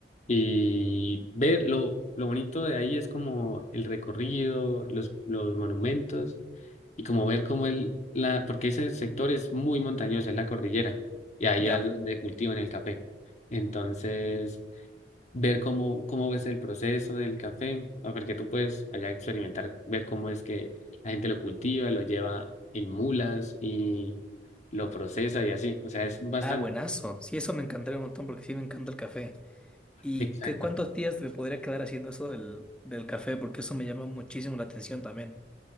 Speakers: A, on the left; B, in the centre.
A: y ver lo, lo bonito de ahí es como el recorrido, los, los monumentos y como ver cómo el, la, porque ese sector es muy montañoso, es la cordillera y ahí
B: Ya.
A: es donde cultivan el café. Entonces, ver cómo, cómo ves el proceso del café, ¿no? porque tú puedes allá experimentar, ver cómo es que la gente lo cultiva, lo lleva en mulas y lo procesa y así. O sea, es bastante
B: Ah, buenazo. Sí, eso me encantaría un montón porque sí me encanta el café. ¿Y
A: exacto.
B: qué, cuántos días me podría quedar haciendo eso del, del café? Porque eso me llama muchísimo la atención también.